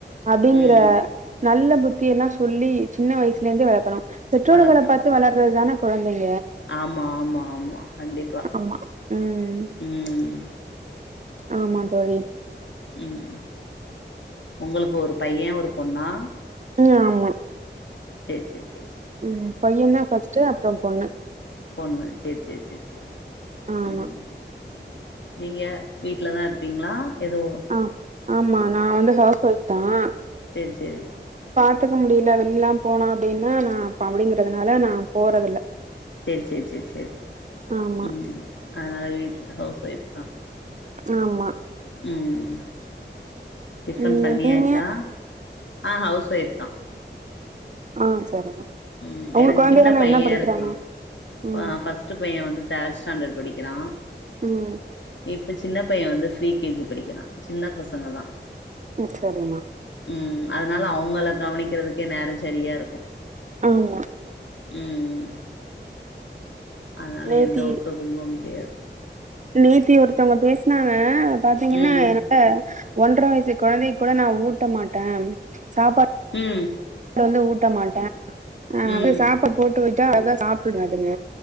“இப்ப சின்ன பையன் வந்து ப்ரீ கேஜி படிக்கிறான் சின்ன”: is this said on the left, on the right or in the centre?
Left